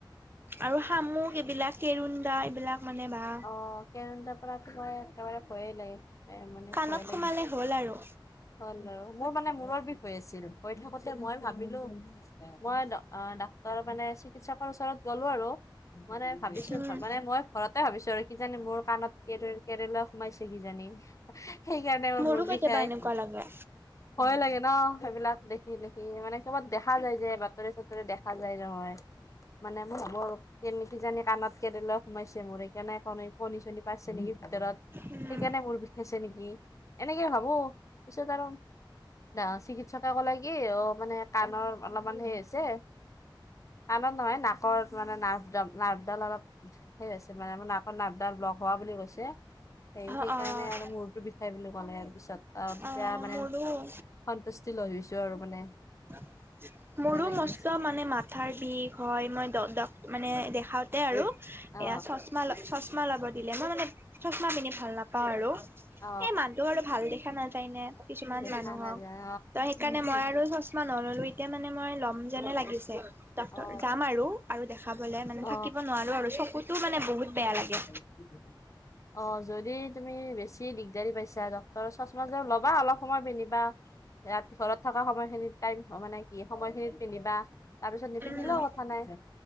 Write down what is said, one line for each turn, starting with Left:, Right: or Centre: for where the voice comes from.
Right: আৰু শামুক এইবিলাক কেৰুন্ডা এইবিলাক মানে বা
Left: অ' কেৰুন্ডাৰ পৰা তো মই একেবাৰে ভয়ে লাগে। এ মানে
Right: কাণত
Left: ভয়
Right: সোমালে
Left: লাগি
Right: হ'ল আৰু।
Left: হল আৰু মোৰ মানে মূৰৰ বিষ হৈ আছিল হৈ থাকোতে মই ভাবিলো মই অ, ডাক্তৰ মানে চিকিৎসকৰ ওচৰত গ'লো, আৰু মানে ভাবিছো
Right: উম
Left: মানে মই ঘৰতে ভাবিছো আৰু কিজানি মোৰ কাণত কেৰে কেৰেলা সোমাইছে কিজানি। সেইকাৰণে মোৰ
Right: মোৰো
Left: মূৰ
Right: কেতিয়াবা
Left: বিখাই।
Right: এনেকুৱা লাগে
Left: ভয় লাগে ন সেইবিলাক দেখি-দেখি মানে কবাত দেখা যায় যে বাতৰি চাতৰি দেখা খা যায় নহয়, মানে মৰ কেনেক কি জানি কাণত কেৰেলা সোমাইছে মোৰ। কে নাই ক কণী চণী পাইছে নেকি ভিতৰত?
Right: উম
Left: সেইকাৰণে মোৰ বিষাইছে নেকি এনেকে ভাবো ত পিছত আৰু জা চিকিৎসকে ক'লে কি অ, মানে কাণৰ অলপমান হেই হৈছে আনত নহয় নাকৰ মানে নাৰভডাল - নাৰভডাল অলপ সেই আছে মানে, আৰ নাকৰ নাৰভ ডাল লগ হোৱা বুলি কৈছে সেই
Right: অ
Left: সেইকাৰণে
Right: অ
Left: আৰু মূৰো সেই বুলি ক'লে ইয়াৰ পিছত আৰু তেতিয়া
Right: অ
Left: মানে
Right: মোৰো
Left: সন্তুষ্টি লৈছো আৰু মানে।
Right: আহ <unintelligible> মোৰো
Left: ভয় লাগি
Right: মস্ত
Left: আছিল
Right: মানে মাথাৰ বিষ হয়, মই দ - দ মানে দেখা এ আৰু
Left: অ
Right: এয়া চচমা - চচমা লব দিলে মই মানে চচমা পিন্ধি ভাল নাপাও আৰু।
Left: অ
Right: এ মানুহ আৰু ভাল দেখা নাযায় নে? কিছুমান
Left: দেখা
Right: মানুহক
Left: নাযায়
Right: ত সেইকাৰণে মানে মই আৰু চচমা নললো এতিয়া মানে মই ল'ম যেনে লাগিছে। ডাকটৰ
Left: অ
Right: যাম আৰু দেখাবলে, মানে
Left: অ
Right: থাকিব নোৱাৰো আৰু চকুতো মানে বহুত বেয়া
Left: <unintelligible>
Right: লাগে
Left: অ, যদি তুমি বেছি দিগদাৰী পাইছা, ডকটৰৰ চচমা ল'বা অলপ সময় পিন্ধিবা। ৰাতি ঘৰত থকা সময়খিনিত টাইম অ, মানে কি সময়খিনিত পিন্ধিবা। তাৰ পিছত নিপিন্ধিলেও
Right: উম
Left: কথা নাই।